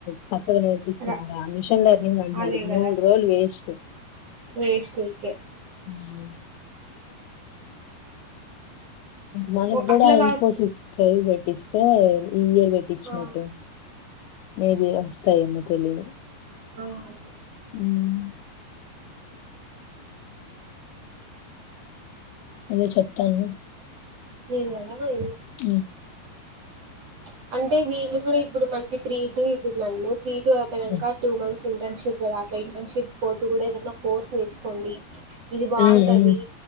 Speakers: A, on the left (about 80°); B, on the right (about 55°).
A: స పోనీ నేర్పిస్తున్నారా
B: రా
A: ఆ మిషన్ లర్నింగ్ అంటున్నారు
B: అదే
A: మూడు
B: కదా
A: రోజులు వేస్ట్
B: వేస్ట్ ఉర్కే
A: ఉమ్. మనక్
B: ఓ
A: గూడ
B: అట్లా
A: ఇన్ఫోసిస్
B: కాక్
A: ట్రైవ్ పెట్టిస్తే ఈ ఇయర్ వెట్టిచ్చినట్టు
B: ఆ
A: మేబి వస్తాయేమో తెలిదు
B: ఆహ్.
A: ఉమ్. ఎదో చెప్తా అన్నావ్.
B: నేను గదా ఎమి.
A: ఉమ్.
B: ప్చ్ అంటే వీళ్ళు కూడా ఇప్పుడు మనకి త్రీ టూ ఇప్పుడు మనము త్రీ టూ అవ్వటానికా
A: హ్మ్.
B: టూ మంత్. ఇంటర్షిప్ గదా అట్లా ఇంటర్న్షిప్ పోతూ గూడ ఏదన్న కోర్స్ నేర్చుకోండి. ఇది బాగుంటది
A: హ్మ్. హ్మ్.